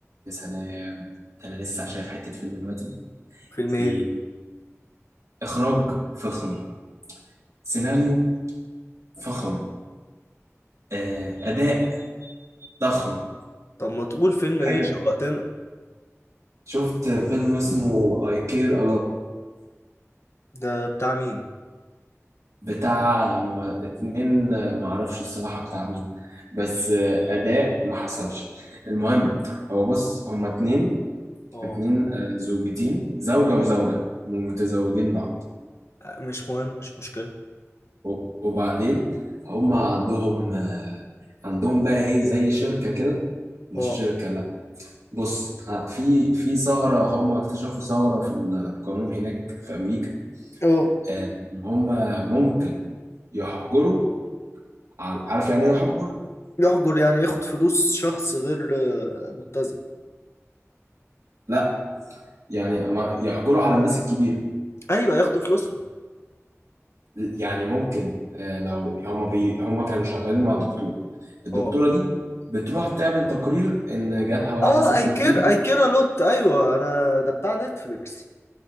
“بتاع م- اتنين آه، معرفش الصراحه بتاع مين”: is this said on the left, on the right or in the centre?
Right